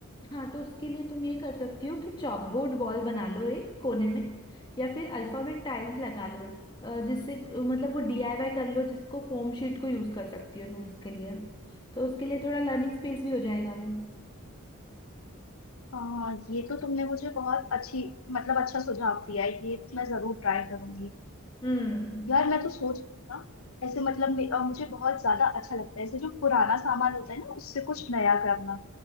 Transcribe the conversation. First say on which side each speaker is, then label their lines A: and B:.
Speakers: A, on the left; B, on the left.
A: हाँ तो उसके लिए तुम ये कर सकती हो कि चॉकबोर्ड वॉल बना लो एक कोने में या फिर अल्फाबेट टाइल्स लगा लो अ, जिससे अ, मतलब वो डीआईवाई कर लो जिसको फोम शीट को यूज कर सकती हो तुम उसके लिए तो उसके लिए थोड़ा लर्निंग स्पेस भी हो जाएगा वो
B: आ, ये तो तुमने मुझे बहुत अच्छी मतलब अच्छा सुझाव दिया है ये मैं जरूर ट्राई करूंगी
A: हम्म
B: यार मैं तो सोच रही हूँ ना ऐसे मतलब मे- अ, मुझे बहुत ज्यादा अच्छा लगता है ऐसे जो पुराना सामान होता है ना उससे कुछ नया करना